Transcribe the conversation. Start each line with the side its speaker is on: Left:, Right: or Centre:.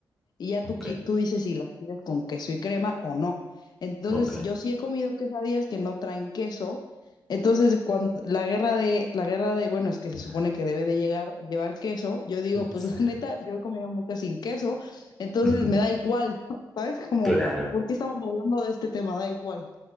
Left: y ya
Centre: Ok,
Left: tú, qui- tú dices si las quieres con queso y crema o no. Entonces,
Centre: ok.
Left: yo sí he comido quesadillas que no traen queso. Entonces, cuando la guerra de, la guerra de, bueno, es que se
Centre: <laughs>
Left: supone que debe de llegar, llevar queso, yo digo, pues
Centre: Sí.
Left: <laughs> la neta, yo he comido muchas sin queso, entonces
Centre: Ujú,
Left: me da igual, <laughs> ¿sabes? Como,
Centre: Claro,
Left: ¿por qué estamos hablando de este tema? Da igual.